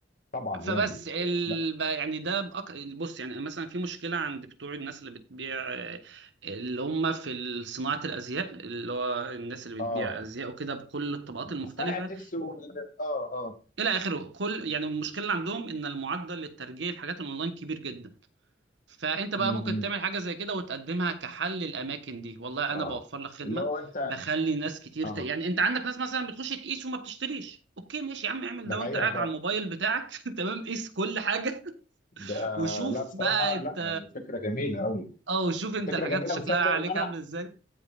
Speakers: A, on the left; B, on the right.
A: طبعا
B: فبس
A: يعني
B: ال...
A: آه، لا
B: يعني ده بأك... بص يعني مثلا في مشكلة عند بتوع الناس اللي بتبيع آه، اللي هم في صناعة الأزياء اللي هو الناس اللي
A: اه
B: بتبيع أزياء وكده بكل الطبقات المختلفة
A: صنع اللبس و... اه اه
B: إلى آخره كل يعني المشكلة اللي عندهم إن المعدل للترجيع الحاجات الأونلاين كبير جدا فانت بقى
A: م-
B: ممكن تعمل
A: م.
B: حاجه زي كده وتقدمها كحل للاماكن دي والله
A: اه
B: انا بوفر لك خدمه
A: اللي هو انت
B: بخلي ناس كتير
A: اه
B: ت... يعني انت عندك ناس مثلا بتخش تقيس وما بتشتريش اوكي ماشي يا عم اعمل
A: ده
B: ده
A: حقيقه
B: وانت قاعد
A: ف...
B: على الموبايل بتاعك <laughs> تمام قيس كل حاجه
A: ده
B: <laughs> وشوف
A: لا بصراحه
B: بقى انت
A: لا فكره جميله قوي
B: اه وشوف انت
A: فكره
B: الحاجات
A: جميله
B: شكلها
A: وتصدق
B: عليك
A: ان انا
B: عامل ازاي